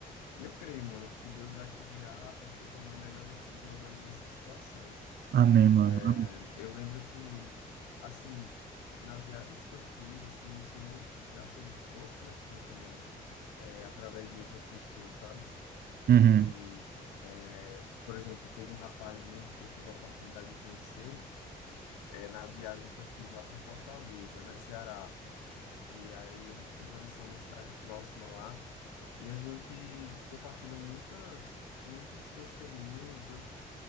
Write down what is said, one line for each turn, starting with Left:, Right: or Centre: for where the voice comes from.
Left: E eu creio, mano, que Deus vai te guiar para você tomar a melhor decisão aí nessa situação.
Right: Amém, mano.
Left: É, eu lembro que assim, nas viagens que eu fiz, assim, o Senhor já fez boas conexões também, é, através de outras pessoas, sabe?
Right: Uhum.
Left: E, é, por exemplo, teve um rapaz mesmo que eu tive a oportunidade de conhecer é, na viagem que eu fiz lá para Fortaleza, né, Ceará. E aí a gente fez uma missão numa cidade próxima lá e a gente compartilhou muitas, muitos testemunhos. Deus,